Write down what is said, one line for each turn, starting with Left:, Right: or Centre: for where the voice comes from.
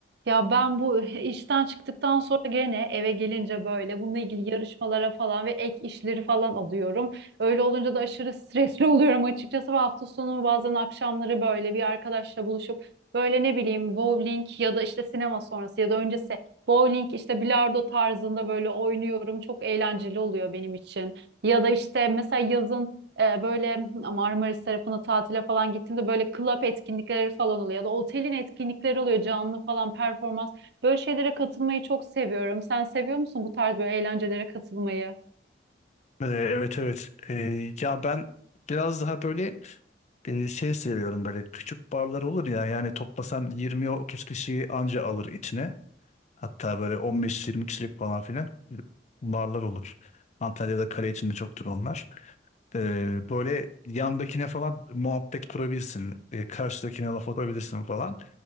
Right: Ya ben bu işten çıktıktan sonra gene eve gelince böyle bununla ilgili yarışmalara falan ve ek işleri falan alıyorum. Öyle olunca da aşırı stresli <laughs> oluyorum açıkçası. Bu hafta sonu bazen akşamları böyle bir arkadaşla buluşup böyle ne bileyim bowling ya da işte sinema sonrası ya da öncesi bowling işte bilardo tarzında böyle oynuyorum. Çok eğlenceli oluyor benim için. Ya da işte mesela yazın e, böyle Marmaris tarafına tatile falan gittiğimde böyle club etkinlikleri falan oluyor ya da otelin etkinlikleri oluyor canlı falan performans. Böyle şeylere katılmayı çok seviyorum. Sen seviyor musun bu tarz böyle eğlencelere katılmayı?
Left: Ee, Evet evet Ee, ya ben biraz daha böyle e, şey seviyorum böyle küçük barlar olur ya yani toplasan yirmi 30 kişiyi anca alır içine hatta böyle on beş 20 kişilik falan filan barlar olur. Antalya'da kale içinde çoktur onlar. Ee, böyle yandakine falan muhabbet kurabilirsin. Ee, karşıdakine laf atabilirsin falan.